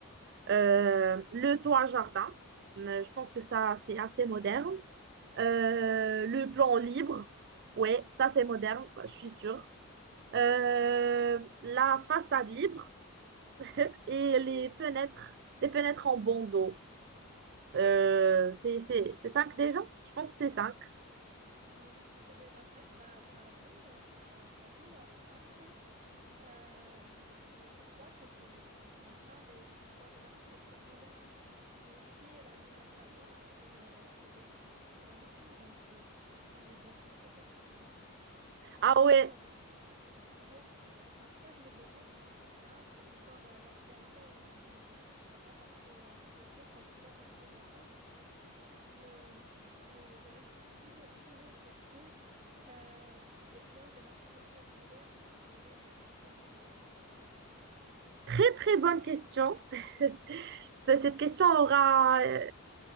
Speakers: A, on the right; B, on the right.
A: Euh, le toit jardin, euh, je pense que ça, c'est assez moderne. Euh, le plan libre, ouais, ça c'est moderne, bah, je suis sûre. Euh, la façade libre <laughs> et les fenêtres, les fenêtres en bandeau. Euh, c'est, c'est, c'est cinq déjà? Je pense que c'est cinq.
B: Oui, c'est déjà cinq. Bah, bravo, euh, t'as, t'as tout app- appris. Euh, je, je crois que c'est que ce sont ça les cinq points de l'architecture moderne. Et aussi la ville de la Savoie, elle, euh, elle les illustre euh, tout. Donc c'est c'est un exemple très pertinent. Et parfois,
A: Ah ouais,
B: euh, je, oui, parfois je me demande si tout ça c'est encore euh, d'actualité aujourd'hui. Bah, je sais pas parce que l'architecture ça diffère de temps en temps. Du coup. Je me, je, je réfléchis toujours, toujours est-ce que euh, les points de l'architecture moderne restent les mêmes jusqu'à ce jour-là?
A: très très bonne question. <laughs> C'est- Cette question aura, euh,